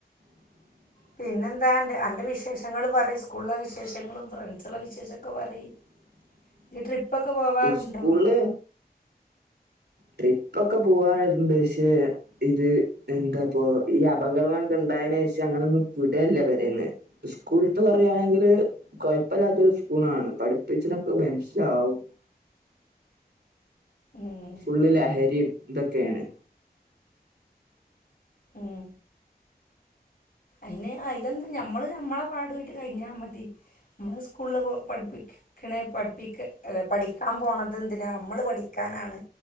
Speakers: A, on the right; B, on the left.
A: <unintelligible>
B: പിന്നെന്താ ന്റെ അന്റെ വിശേഷങ്ങൾ പറയ് സ്‌കൂൾലെ വിശേഷങ്ങളും ഫ്രെണ്ട്സ് ളെ വിശേശൊക്കെ പറയ്
A: <unintelligible>
B: ഇജ് ട്രിപ്പൊക്കെ പോവാറുണ്ടോ
A: സ്കൂളില് ട്രിപ്പൊക്കെ പോവാറുണ്ട് ക്ഷെ ഇത് എന്തപ്പോ ഈ അപകടങ്ങളൊക്കെ ഉണ്ടായതിനു ശേഷം അങ്ങനെയൊന്നും വിടല്ല പെ രയിന്ന് സ്കൂൾ ത്തെ പറയുകയാണെങ്കിൽ കുഴപ്പം ഇല്ലാത്തഒരു സ്കൂൾ ആണ് പഠിപ്പിച്ചണൊ ക്കെ മനസ്സിലാവും
B: ഉം,
A: ഫുൾ ലഹരിയും ഇതൊക്കെയാണ്
B: ഉം ഐൻ ഐലൊന്നും ഞമ്മള് ഞമ്മളെ പാടു ആയിട്ട് കയിഞ്ഞാ മതി ഞമ്മളെ സ്കൂളിലെ പഠിപ്പിക്ക ക്ണത് പടപിക്പ്ടികാൻപോണത് എന്തിനാണ് ഞമ്മൾ പഠിക്കാനാണ്